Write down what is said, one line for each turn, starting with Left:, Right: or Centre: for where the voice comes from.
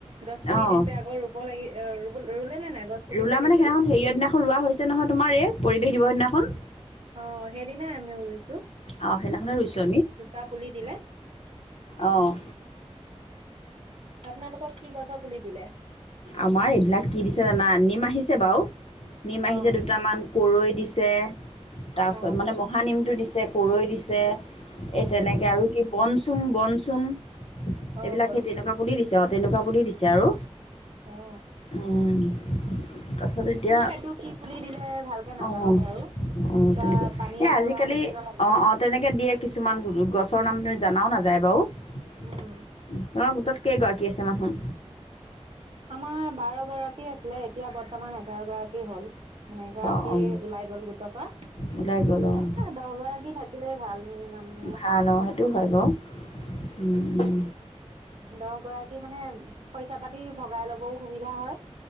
Right: গছ পুলি
Left: অঁ
Right: দিছে আকৌ ৰুব লাগি অ ৰুব ৰুলে নে নাই গছ পুলি
Left: ৰুলা
Right: যে
Left: মানে
Right: দিছিল?
Left: সেইদিনাখন হেৰিয়ৰ দিনাখন ৰোৱা হৈছে নহয় তোমাৰ এই পৰিৱেশ দিৱস সেইদিনাখন।
Right: অ', সেইদিনাই আমি ৰুইছোঁ।
Left: অঁ সেইদিনাখনে ৰুইছোঁ
Right: দুটা পুলি দিলে।
Left: অহ।
Right: আপোনালোকক কি গছৰ পুলি দিলে?
Left: আমাৰ এইবিলাক কি দিছে জানা? নিম আহিছে বাৰু', নিম আহিছে
Right: অ
Left: দুটামান কৰৈ দিছে। তাৰপাছত
Right: অ
Left: মানে মহানিমটো দিছ- তে কৰৈ দিছে। এই তেনেকে
Right: উম উম
Left: আৰু কি বনচুম বনচুম।
Right: অ
Left: এইবিলাক
Right: বনচুম
Left: সেই তেনেকুৱা পুলি দিছত তেনেকুৱা বুলি দিছে আৰু।
Right: অ
Left: উম তাৰপাছত এতিয়া,
Right: মানে এইটো কি পুলি দিলে ভালকে নাজানো
Left: অহ
Right: বাৰু।
Left: অ'
Right: কিবা
Left: তেনেকে।
Right: পানী
Left: এ
Right: অমৰা
Left: আজিকালি
Right: নিচিনা লাগে
Left: অঁ অঁ তেনেকে দিয়ে কিছুমান <unintelligible> গছৰ নাম নে - জানাও নাযায় বাৰু। <unintelligible>
Right: উম।
Left: গোটত কেইগৰাকী আছে মানুহ?
Right: আমাৰ বাৰ গৰাকী আছিলে এতিয়া বৰ্তমান এঘাৰ গৰাকী হ'ল। মানে এগৰাকী
Left: অঁ অঁ
Right: ওলাই গল গোটৰ পৰা।
Left: ওলাই গ'ল অঁ
Right: এ‌হ দহ গৰাকী থাকিলেই ভাল মিনিমাম। মানে।
Left: ভাল অঁ সেইটো হয় বাৰু। উম উম।
Right: দহ গৰাকী মানে পইচা পাতি ভগাই লবও সুবিধা হয়